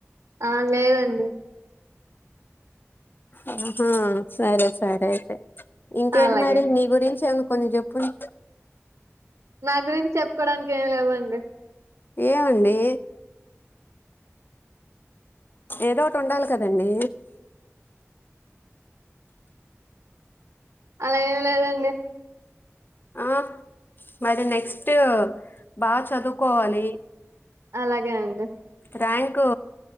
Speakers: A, on the right; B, on the left.
A: ఆ లేదండి
B: అహహా సరే సరే అయితే ఇంకేంటి
A: అలాగే
B: మరి నీ గురించను కొని జెప్పుల్
A: నా గురించి చెప్పుకోవడానికి ఏమి లేవండి
B: ఏమండీ ఏదో ఓటి ఉండాలి కదండీ
A: అలా ఏం లేదండి
B: ఆ మరి నెక్స్ట్ బాగ్ చదువుకోవాలి
A: అలాగే అండి
B: ర్యాంకు